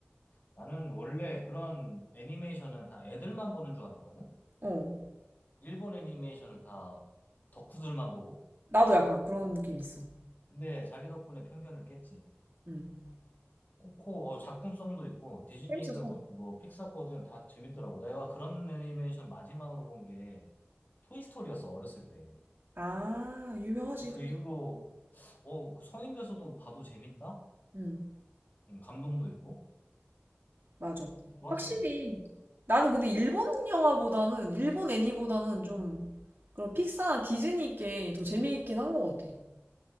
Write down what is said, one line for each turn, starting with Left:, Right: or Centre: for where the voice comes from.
Left: 나는 원래 그런 애니메이션은 다 애들만 보는 줄 알았거든
Right: 어.
Left: 일본 애니메이션을 다 덕후들만 보고
Right: 나도 약간 그런 느낌 있어.
Left: 근데 자기 덕분에 편견을 깼지
Right: 음.
Left: 코코 어, 작품성도 있고 디즈니든
Right: 재밌었어.
Left: 어, 뭐 픽사거든 다 재밌더라고. 내가 그런 애니메이션 마지막으로 본 게 토이스토리였어 어렸을 때.
Right: 아, 유명하지.
Left: 그
Right: 토이스토리.
Left: 이후로 어, 그 성인 돼서도 봐도 재밌다?
Right: 음,
Left: 음, 감동도 있고
Right: 맞아.
Left: 좋았어
Right: 확실히.
Left: 그래서.
Right: 나는 근데 일본 영화보다는, 일본 애니보다는 좀 그런 픽사나 디즈니 게 더 재미있긴 한 것 같아.